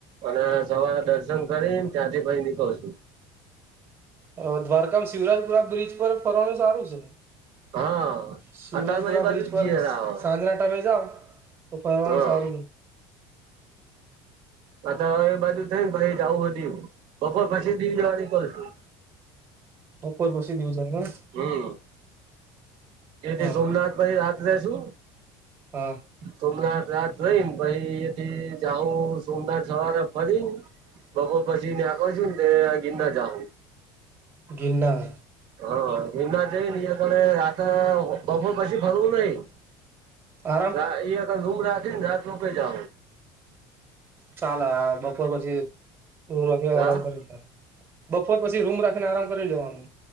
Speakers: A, on the right; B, on the right.
A: અને સવારે દર્શન કરીન ત્યાંથી પહી નીકળશું.
B: અ દ્વારકામાં શિવરાજપુરા બ્રિજ પર ફરવાનું સારું છે.
A: હા
B: શિવરાજપુરા
A: અતારમાં એ બાજુ
B: બ્રિજ
A: જ
B: પર
A: જીયર આવ
B: સાંજના ટામે જાઓ તો ફરવાનું
A: હા
B: સારું ન
A: આ તો અવે એ બાજુ થઈ ન પહી જાવું હ દીવ, બપોર પછી દીવ જવા નીકલશું.
B: બપોર પછી દીવ જા ના?
A: હમ. એતે
B: હા
A: સોમનાથ પહી રાત લેસું
B: હા.
A: સોમનાથ રાત રઈન પાહી એથી જાહું સોમનાથ સવારે ફરીન બપો પછી ન્યા પોચ્હુંન તે ગીરનાર જાહું.
B: ગિરનાર.
A: હં, ગીરનાર જઈન અઈંયાપડે રાત, બપોર પછી ફરવું નહીં.
B: આરામ
A: હા, ઈ અકડ રુમ રાખી ન રાત રોકઈ જાહું.
B: ચાાલ, આ બપોર પછી દોઢવાગે
A: હા
B: આરામ કરી લેહ બપોર પછી રૂમ રાખીને આરામ કરી લેવાનું.